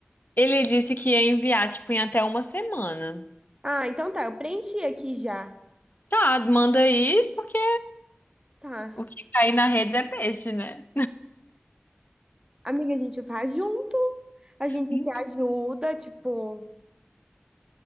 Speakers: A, on the left (about 50°); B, on the right (about 20°).
A: Ele disse que ia enviar, tipo, em até uma semana.
B: Ah, então tá, eu preenchi aqui já.
A: Tá, manda aí, porque
B: Tá.
A: o que cair na rede é peixe, né?
B: Amiga, a gente faz junto, a gente
A: Então,
B: se ajuda, tipo.